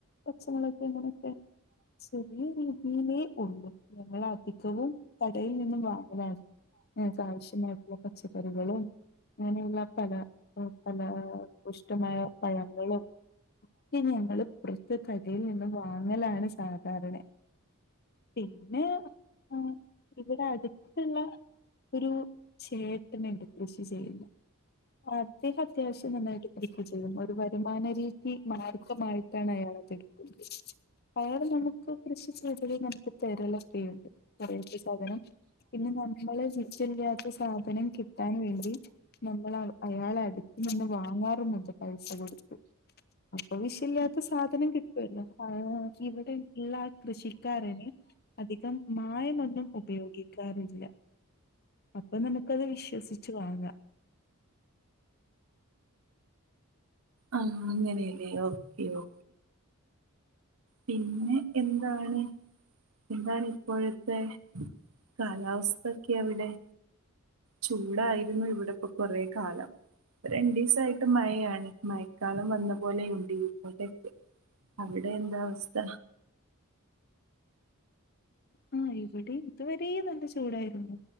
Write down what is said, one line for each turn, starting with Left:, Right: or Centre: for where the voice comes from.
Left: പച്ചമൊളക് അങ്ങനെക്കെ ചെറിയ രീതീല് ഒള്ളു ഞങ്ങളധികവും കടയിൽ നിന്നും വാങ്ങലാണ് ഞങ്ങൾക്ക് ആവശ്യള്ളത് പച്ചക്കറികളും അങ്ങനെയുള്ള ഫലപുഷ്ടമായ പഴങ്ങളും ഇനി ഞങ്ങള് പുറത്ത് കടയിൽ നിന്നും വാങ്ങലാണ് സാധാരണ പിന്നെ ആഹ് ഇവിടെ അട്ത്ത്ള്ള ഒരു ഏട്ടന്ണ്ട് കൃഷി ചെയ്യുന്ന അദ്ദേഹം അത്യാവശ്യം നന്നായിട്ട് കൃഷി ചെയ്യും ഒരു വരുമാനരീതി മാർ ഗമായിട്ടാണ് അയാള് അതെടുക്കുന്നത് അയാള് നമുക്ക് കൃഷി ചെയ്തല് നമുക്ക് തരലൊക്കെയുണ്ട് കടേത്ത സാധനം പിന്നെ നമ്മള് <unintelligible> സാധനം കിട്ടാൻ വേണ്ടി നമ്മളാള് അയാളട്ത്ത്നിന്ന് വാങ്ങാറുമുണ്ട് പൈസ കൊട്ത്ത് അപ്പൊ വിശല്യാത്ത സാധനം കിട്ടുവല്ലോ ആഹ് ഇവിടെ ഇള്ള കൃഷിക്കാരന് അധികം മായമൊന്നും ഉപയോഗിക്കാറില്ല അപ്പൊ നമുക്കത് വിശ്വസിച്ച് വാങ്ങ
Right: ആഹ് അങ്ങനെല്ലേ ഓകെ ഓ പിന്നെ എന്താണ് എന്താണിപ്പോഴത്തെ കാലാവസ്ഥൊക്കെ അവിടെ ചൂടായിരുന്നു ഇവിടെപ്പോ കുറേകാലം പ്പൊ രണ്ടീസായിട്ട്മഴയാണ് മഴക്കാലം വന്ന പോലെയുണ്ടിവ്ടൊക്കെ അവിടെ എന്താ അവസ്ഥ
Left: ആഹ് ഇവിടെ ഇതുവരേ നല്ല ചൂടായിരുന്നു